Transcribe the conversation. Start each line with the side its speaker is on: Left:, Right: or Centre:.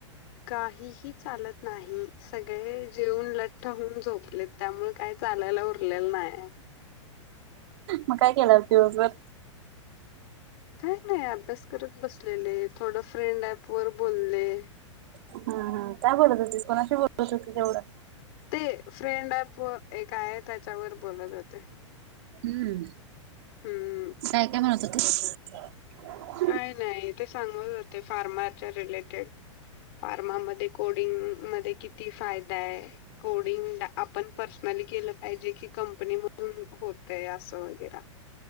Left: काहीही चालत नाही. सगळे जेऊन लठ्ठ होऊन झोपलेत त्यामुळे काय चालायला उरलेलं नाही.
Right: मग काय केलं आज दिवसभर.
Left: काही नाही अभ्यास करत बसलेले थोडं फ्रेंड ऍप वर बोलले.
Right: हम् हम काय बोलत होतीस कोणाशी बोलत होते एवढं.
Left: ते फ्रेंड ऍप व एक आहे त्याच्यावर बोलत होते.
Right: हम्म.
Left: हम्म.
Right: काय काय म्हणत होतीस. <inaudible>
Left: काय नाही, ते सांगत होते फार्मारच्या रिलेटेड. फार्मा मधे, कोडिंग मध्ये, किती फायदा आहे? कोडिंग आपण पर्सनली केलं पाहिजे, की कंपनी मधून होतय असं वगैरेऽ